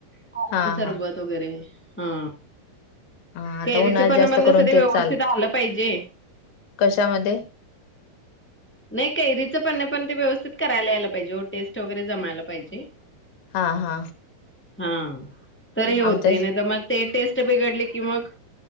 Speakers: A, in the centre; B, on the left (about 85°).
A: कोकम
B: हा
A: सरबत
B: हा
A: वगैरे. हा
B: हा आता
A: कैरीचं
B: उन्हाळ्यात
A: पन्हं
B: जास्त
A: म्हणजे
B: करून
A: असं ते
B: तेच
A: व्यवस्थित
B: चालतं.
A: आलं पाहिजे.
B: कशामध्ये?
A: नाही कैरीचं पन्हे पण ते व्यवस्थित करायला यायला पाहिजे टेस्ट वगैरे जमायला पाहिजे.
B: हा हा.
A: हा तर हे होतय
B: आमच्या
A: नाही तर मग ते टेस्ट बिघडली की मग